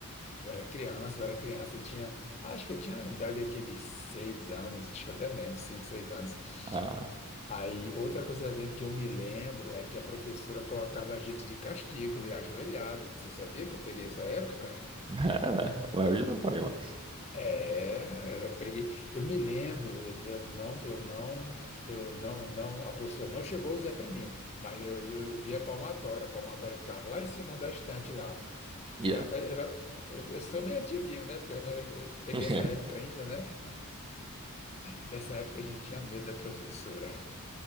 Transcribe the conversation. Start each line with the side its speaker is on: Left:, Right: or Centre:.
Left: Eu era criança, eu era criança, eu tinha, acho que eu tinha a idade aqui de seis anos, acho que até menos, cinco, seis anos.
Right: Ah,
Left: Aí, outra coisa também que eu me lembro é que a professora colocava a gente de castigo, e ajoelhado. Você sabia que eu peguei essa época?
Right: <laughs> é, mas hoje não pode mais.
Left: É, eu peguei, eu me lembro, eu, eu não, eu não, eu não, não, a professora não chegou a usar em mim, mas eu, eu via a palmatória, a palmatória ficava lá em cima da estante lá.
Right: Yeah.
Left: É, rapaz, eu, já- eu sou meio antiguinho, né? Porque Eu, eu peguei
Right: <laughs>
Left: essa época ainda, né? Nessa época a gente tinha medo da professora.